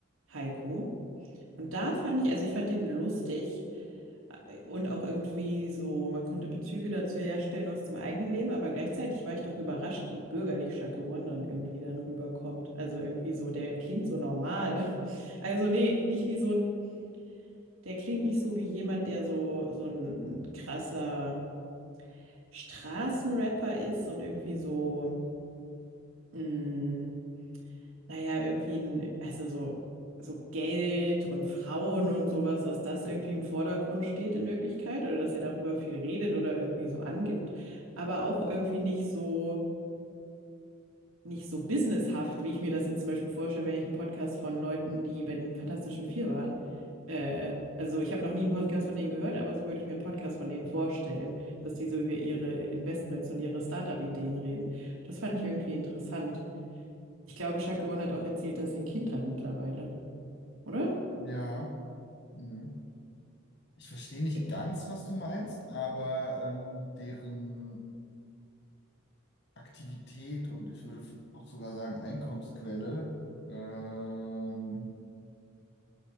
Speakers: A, on the right; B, on the left.
A: Heiko. Und da fand ich, also ich fand den lustig. Und auch irgendwie so, man konnte Bezüge dazu herstellen aus dem eigenen Leben, aber gleichzeitig war ich doch überrascht, wie bürgerlich Shaka One dann irgendwie dann rüberkommt. Also irgendwie so, der klingt so normal. <laughs> Also nee, nicht wie so ein, der klingt nicht so wie jemand, der so, so ein krasser Straßenrapper ist und irgendwie so, mh, naja, irgendwie ein, also so, so Geld und Frauen und sowas, dass das irgendwie im Vordergrund steht in Wirklichkeit oder dass er darüber viel redet oder irgendwie so angibt, aber auch irgendwie nicht so, nicht so businesshaft, wie ich mir das jetzt zum Beispiel vorstelle, wenn ich einen Podcast von Leuten, die bei den Fantastischen Vier waren. Äh, also ich habe noch nie einen Podcast von denen gehört, aber so würde ich mir einen Podcast von denen vorstellen, dass die so über ihre Investments und ihre Startup-Ideen reden. Das fand ich irgendwie interessant. Ich glaube, Shaq One hat auch erzählt, dass er ein Kind hat mittlerweile, oder?
B: Ja, mhm. Ich verstehe nicht
A: Ja.
B: ganz, was du meinst, aber ähm, deren Aktivität und ich würde f- auch sogar sagen Einkommensquelle. Ähm,